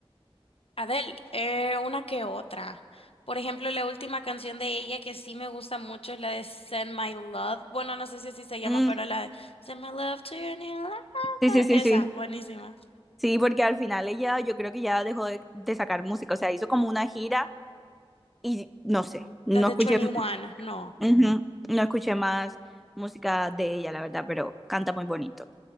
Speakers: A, on the left (about 70°); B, in the centre.
A: Adele, eh, una que otra. Por ejemplo, la última canción de ella que sí me gusta mucho es la de Send My Love. Bueno, no sé si así se llama,
B: Mm,
A: pero la de Send My Love to Your New Lover.
B: sí, sí, sí,
A: Esa,
B: sí.
A: buenísima.
B: Sí, porque al final ella, yo creo que ya dejó de, de sacar música, o sea, hizo como una gira y no sé, no
A: La de
B: escuché,
A: 21, no.
B: ujú, no escuché más música de ella, la verdad, pero canta muy bonito.